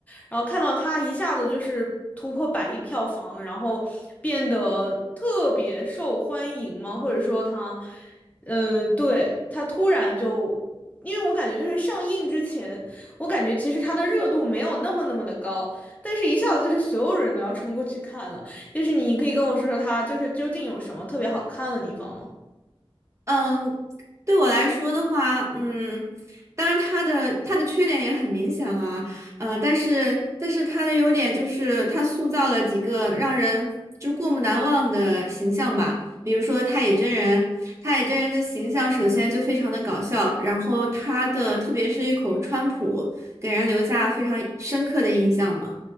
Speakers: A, on the left (about 15°); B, on the right (about 30°).
A: 然后看到它一下子就是突破百亿票房，然后变得特别受欢迎吗？或者说它，呃，对，它突然就，因为我感觉就是上映之前，我感觉其实它的热度没有那么那么的高，但是一下子就是所有人都要冲过去看了。就是你可以跟我说说它就是究竟有什么特别好看的地方吗？
B: 嗯，对我来说的话，嗯，当然他的他的缺点也很明显了，呃，但是但是他的优点就是他塑造了几个让人就过目难忘的形象吧，比如说太乙真人，太乙真人的形象首先就非常的搞笑，然后他的特别是一口川普，给人留下非常深刻的印象嘛。